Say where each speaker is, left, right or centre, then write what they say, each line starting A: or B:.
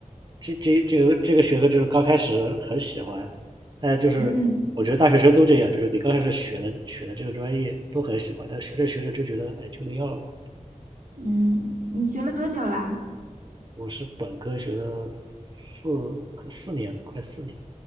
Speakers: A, on the right (about 35°); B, on the right (about 80°).
A: 这这这个这个学科就是刚开始很喜欢，但就是我觉得大学生都这样，
B: 嗯
A: 就是你刚开始学的学的这个专业都很喜欢，但学着学着就觉得哎就那样吧。
B: 嗯，你学了多久啦？
A: 我是本科学了四四年了，快四年，